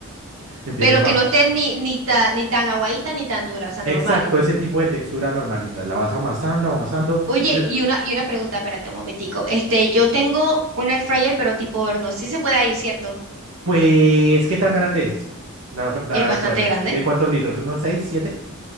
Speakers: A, on the right; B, on the right.
A: Empiezas
B: Pero
A: a...
B: que no esté ni, ni tan, ni tan aguadita ni tan dura, o sea,
A: Exacto,
B: normal.
A: ese tipo de textura normalita. La vas amasando, amasando.
B: Oye,
A: de-
B: y una, y una pregunta, espérate un momentico. Este, yo tengo un air fryer, pero tipo horno. Sí se puede ahí, ¿cierto?
A: Pues, ¿qué tan grande es la, fr- la
B: Es bastante
A: air fryer?
B: grande.
A: ¿De cuántos litros? ¿Unos seis siete